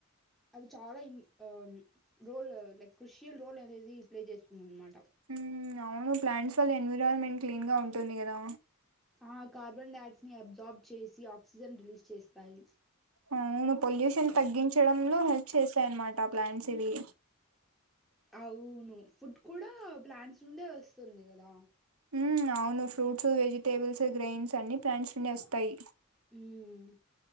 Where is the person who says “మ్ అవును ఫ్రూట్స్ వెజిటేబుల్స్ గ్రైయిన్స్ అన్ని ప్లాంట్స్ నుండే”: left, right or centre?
Right